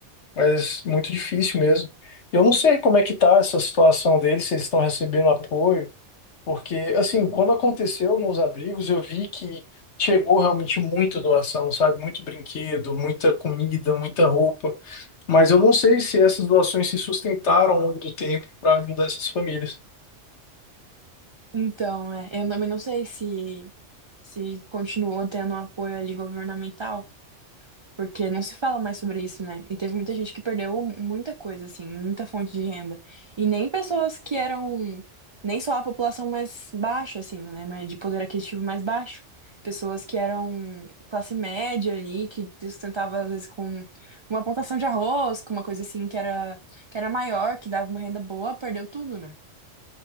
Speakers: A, on the left; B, on the right.
A: mas muito difícil mesmo. Eu não sei como é que tá essa situação deles, se eles estão recebendo apoio, porque, assim, quando aconteceu nos abrigos, eu vi que chegou realmente muita doação, sabe? Muito brinquedo, muita comida, muita roupa. Mas eu não sei se essas doações se sustentaram ao longo do tempo para ajudar essas famílias.
B: Então, é, eu também não sei se, se continuou tendo um apoio ali governamental, Porque não se fala mais sobre isso, né? E teve muita gente que perdeu muita coisa, assim, muita fonte de renda. E nem pessoas que eram, nem só a população mais baixa, assim, né? Mas de poder aquisitivo mais baixo. Pessoas que eram classe média ali, que sustentava, às vezes, com uma plantação de arroz, com uma coisa assim que era, que era maior, que dava uma renda boa, perdeu tudo, né?